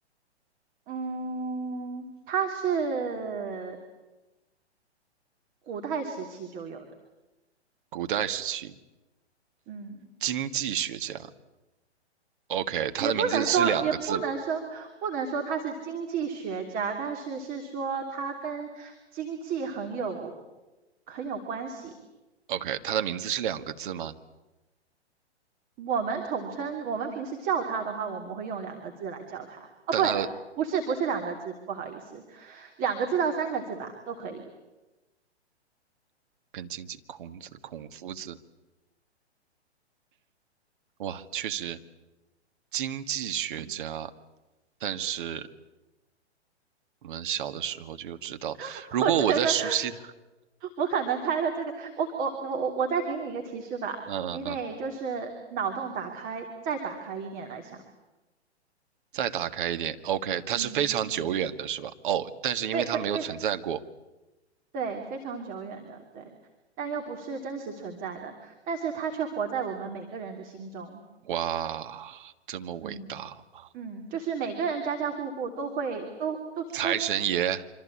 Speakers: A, on the right; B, on the right.
A: <laughs> 嗯，他是古代时期就有的，
B: 古代时期
A: 嗯，
B: 经济学家，OK，他的名字是两个字吗
A: 也不能说，也不能说，不能说他是经济学家，但是是说他跟经济很有很有关系。
B: ？OK，他的名字是两个字吗？
A: 我们统称，我们平时叫他的话，我们会用两个字来叫他。哦，
B: 但他的
A: 不对，不是，不是两个字，不好意思，两个字到三个字吧，都可以。
B: 跟经济，孔子、孔夫子，哇，确实经济学家，但是我们小的时候就知道，
A: <laughs>
B: 如果我在熟悉，
A: 我觉得我可能开的这个，我我我我我再给你一个提示吧，
B: 嗯嗯嗯，
A: 你得就是脑洞打开，再打开一点来想，
B: 再打开一点，OK，它是非常久远的，
A: 嗯嗯，
B: 是吧？哦，但是因为它没有存在过，
A: 非非非常对，非常久远的，对，但又不是真实存在的，但是它却活在我们每个人的心中，
B: 哇，这么伟大吗？
A: 嗯嗯，就是每个人家家户户都会都都都，
B: 财神爷